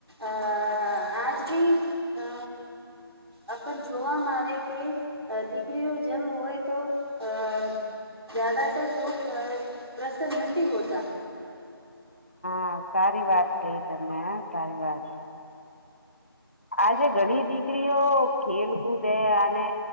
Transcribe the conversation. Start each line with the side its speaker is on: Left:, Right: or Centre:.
Right: અ આજ ભી અ.
Left: <unintelligible>
Right: અ પણ જોવાવામાં આવે કે દીકરીનો જેમ હોય તો આ. જ્યાદાતર લોક અ પ્રસન્ન નથી હોતા.
Left: હા સારી વાત કહી તમે હા સારી વાત. આજે ઘણી દીકરીઓ ખેલકૂદ અને.